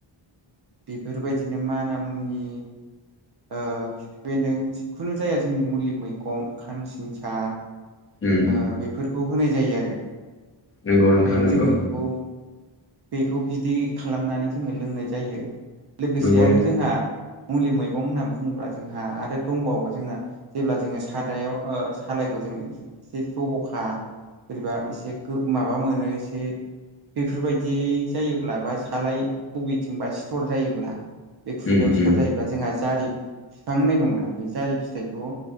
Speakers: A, on the right; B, on the left.
A: बेफोरबायदिनो माना मुनि ओ खिफिबेन्दों जिखुनु जाया जोंनि मुलि मैगं खानसिंसा
B: उम
A: ओ बेफोरखौ होनाय जायो आरो।
B: नंगौ
A: ओमफ्राय
B: नोंथां नंगौ
A: जोङो बेखौ बेखौ बिदै खालामनानै जोङो लोंनाय जायो लोगोसे
B: नंगौ नोंथां।
A: आरो जोंहा मुलि मैगं होनना बुङोब्ला जोंहा आरो दंबावो जोंना जेब्ला जोङो सारायाव ओ सालाइखौ जों एसे जब'खा बोरैबा एसे गो माबा मोनो एसे बेफोरबायदि जायोब्ला बा सालाइ बबेथिंबा सिथर जायोब्ला बे खुगायाव
B: उम
A: सिथर
B: उम
A: जायोब्ला जोंहा। जारि बिफां होननाय दंना बे जारि फिथाइखौ